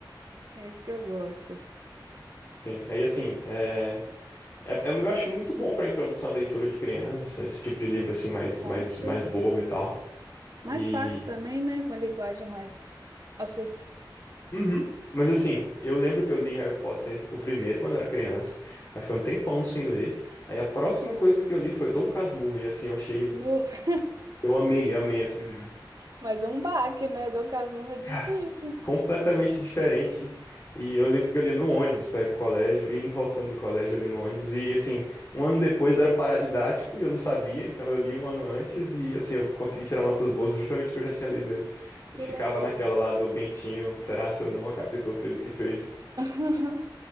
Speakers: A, on the right; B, on the left.
A: É isso que eu gosto.
B: Sim, aí assim, é, é, é- eu acho muito bom pra introdução à leitura de criança, esse tipo de livro assim mais
A: Com
B: mais
A: certeza.
B: mais bobo e tal.
A: Mais
B: E
A: fácil também, né? Uma linguagem mais assim,
B: Uhum. Mas assim, eu lembro que eu li Harry Potter o primeiro quando eu era criança, aí fiquei um tempão sem ler. Aí a próxima coisa que eu li foi Dom Casmurro e assim eu achei
A: no... <laughs>
B: eu amei, eu amei esse livro.
A: mas é um baque, né? Dom Casmurro é difícil.
B: Cara, completamente diferente. E eu lembro que eu lia no ônibus para ir pro colégio, e indo e voltando do colégio, eu lia no ônibus. E assim, um ano depois era paradidático e eu não sabia, então eu li um ano antes e assim, eu consegui tirar notas boas justamente porque eu já tinha lido ele.
A: Que
B: E ficava
A: legal.
B: naquela lá do Bentinho, será se eu não, a Capitu fez o que fez.
A: <laughs>